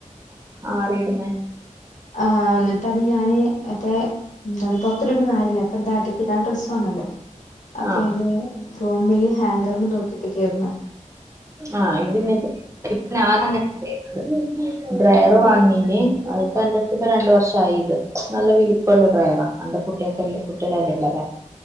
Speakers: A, on the right; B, on the left.
A: ആറിടുന്നെ
B: ആ ന്ന്ട്ട് അത് ഞാന് മറ്റേ എന്താണ്പ്പോ പൊറത്ത്ട്ട്ട്ടും കാര്യല്ല ഇപ്പന്താ അട്ടികിടാൻ ഡ്രസ്സ്‌ വാണല്ലോ അപ്പ
A: ആഹ്
B: ഞാന് റൂമിൽ ഹാങ്കറ്മ്മേ തൂക്കിയിട്ട്ക്കേര്ന്നു
A: ആഹ് ഇത് <unintelligible> ഡ്രയറ് വാങ്ങി ഇനി അത്പ്പോ അന്റെട്ത്ത് ഇപ്പൊ രണ്ട് വർഷായിത് നല്ല വലിപ്പള്ള ഡ്രൈറാ അന്റെ കുട്ട്യാക്ക് കുട്ടിളല്ലേള്ളത്